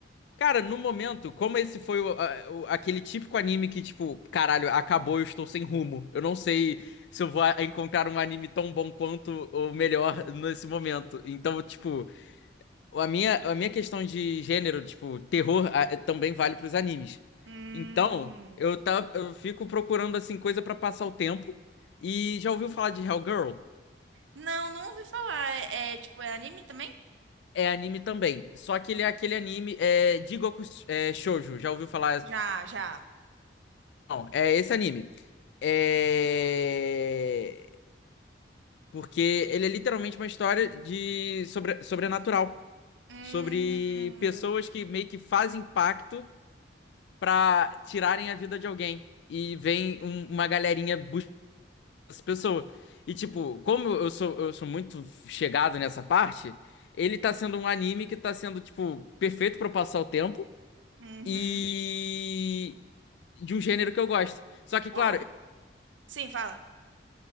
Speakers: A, on the left (about 70°); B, on the right (about 85°).
A: Cara, no momento, como esse foi o- a- o- aquele típico anime que, tipo, caralho, acabou, eu estou sem rumo. Eu não sei se eu vou a- encontrar um anime tão bom quanto ou melhor nesse momento. Então, tipo, a minha, a minha questão de gênero, tipo, terror, a- é, também vale pros animes.
B: Hum.
A: Então, eu, tá, eu fico procurando, assim, coisa pra passar o tempo. E já ouviu falar de Hellgirl?
B: Não, não ouvi falar. É, é, tipo, é anime também?
A: É anime também. Só que ele é aquele anime é, Jigoku é, Shoujo. Já ouviu falar
B: Já, já.
A: Não, é esse anime. É... Porque ele é literalmente uma história de sobre... sobrenatural.
B: Hum.
A: Sobre pessoas que meio que fazem pacto pra tirarem a vida de alguém. E vem um- uma galerinha buscar essa pessoa. E tipo, como eu sou, eu sou muito chegado nessa parte, ele tá sendo um anime que tá sendo, tipo, perfeito pra eu passar o tempo.
B: Uhum.
A: E de um gênero que eu gosto. Só que,
B: Pô,
A: claro,
B: sim, fala.